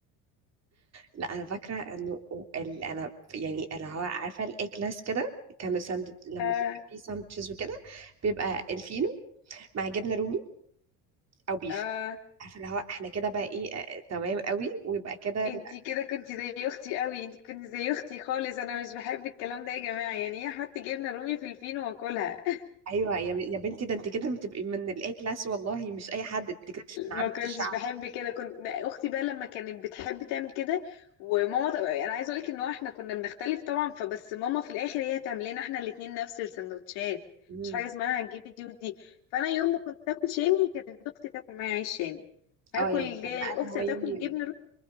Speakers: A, on the right (about 40°); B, on the left (about 80°).
A: لا انا فاكره انه ال... انا يعني اللي هو عارفه الاي كلاس كده كانوا ساند لما
B: اه
A: بيبقى فيه ساندوتشز وكده بيبقى الفينو مع جبنه رومي او بيف
B: اه
A: عارفه اللي هو احنا كده بقى ايه آه، تمام قوي ويبقى كده ال-
B: انتي كده كنتي زي اختي قوي انتي كنتي زي اختي خالص انا مش بحب الكلام ده يا جماعة يعني ايه احط جبنة رومي في الفينو واكلها <laughs>
A: ايوه يا, ب... يا بنتي ده انت كده بتبقي من الاي كلاس والله مش اي حد انت كده مش من عامه
B: ما كنتش
A: الشعب
B: بحب كده كنت اختي بقى لما كانت بتحب تعمل كده وماما ط- انا عايزه اقولك ان هو احنا كنا بنختلف طبعا فبس ماما في الاخر هي تعمل لنا احنا الاتنين نفس السندوتشات
A: مم.
B: مش حاجه اسمها هنجيب دي ودي فانا يوم ما كنت اكل شامي كانت اختي تاكل معايا عيش شامي هاكل
A: اه يعني
B: جا-
A: كان بقى اللي
B: اختي
A: هو يوم
B: تاكل
A: يوم
B: جبن روت